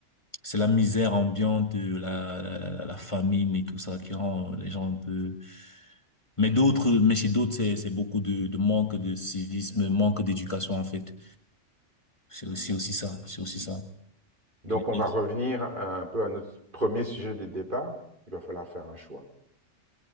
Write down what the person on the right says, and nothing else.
Donc,
on va
revenir un peu à notre premier sujet de départ. Il va falloir faire un choix.